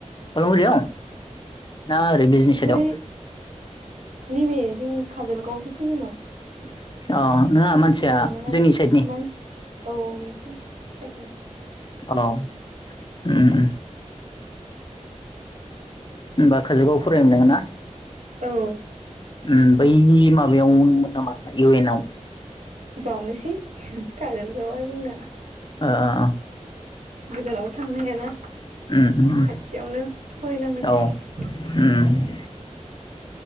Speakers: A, on the left; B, on the right.
A: फालागुरियाव ना ओरै बिजनि
B: ओमफ्राय
A: साइदआव
B: नैबे जोंनि काजलगावस फैयोमोन
A: अ नोंहा मानसिया
B: फैनायमोन
A: जोंनि
B: आरो
A: साइडनि
B: मान औ नोंसि सायदनो
A: हेलौ उम उम होमबा काजुलगावयाव फरायोमोन नोङो ना?
B: औ
A: ओम बै माबायावमोन नामा इउ एन आव
B: बावनोसै खाजोल गावया जोंना
A: आ
B: गोजानाव थांनो हायाना
A: उम उम उम
B: खाथियावनो फरायनांगौ जायो
A: औ उम